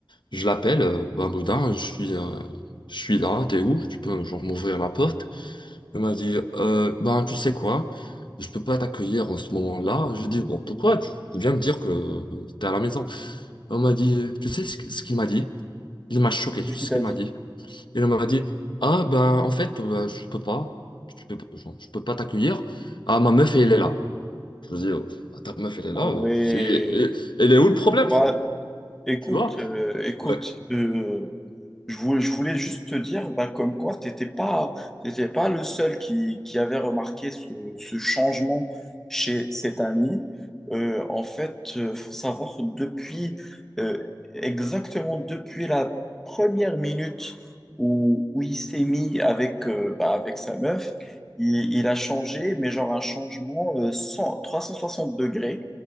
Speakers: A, on the left (about 85°); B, in the centre.
A: Je l'appelle, euh, Bah, Boudin, je suis, euh, je suis là, t'es où? Tu peux genre m'ouvrir la porte. Il m'a dit euh, ben tu sais quoi, je peux pas t'accueillir en ce moment-là. Je lui ai dit bon pourquoi? Tu tu viens me dire que euh, t'es à la maison. Il m'a dit tu sais ce, qu- ce qu'il m'a dit? Il m'a choqué,
B: Qu'est-ce
A: tu sais
B: qu'il
A: ce
B: t'a
A: qu'il
B: dit?
A: m'a dit? Il m'a dit ah ben en fait euh, je peux pas, je peux, pas- genre, je peux pas t'accueillir. Ah ma meuf elle est là. Je me dis, oh, bah, ta meuf, elle est
B: Ah
A: là.
B: ouais.
A: oh, c'est- et- et- elle est où le problème,
B: Bah,
A: frère?
B: Écoute,
A: Tu vois?
B: euh, écoute,
A: Ouais,
B: euh, je voulais, je voulais juste te dire, bah, comme quoi, tu n'étais pas, t'étais pas le seul qui, qui avait remarqué ce, ce changement chez cet ami. Euh, en fait, il faut savoir, depuis, euh, exactement depuis la première minute où, où il s'est mis avec, euh, bah, avec sa meuf, il, il a changé, mais genre un changement euh, 100 360 degrés.